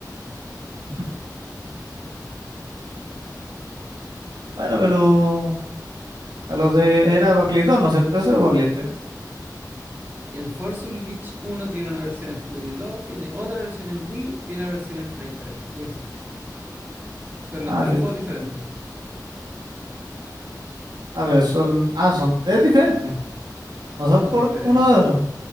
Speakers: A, on the right (about 80°); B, on the right (about 30°).
A: <laughs> Bueno, pero a los de era para Play 2, ¿no es cierto? Eso o para Play 3.
B: El Force Unleashed uno tiene una versión en Play 2 tiene otra versión en Wii y una versión en Play 3 y Xbox. Son
A: Ah,
B: los tres
A: sí.
B: juegos diferentes.
A: Ah, pero son, ah, son tres diferentes. No son
B: Son
A: por
B: diferentes.
A: uno de otro.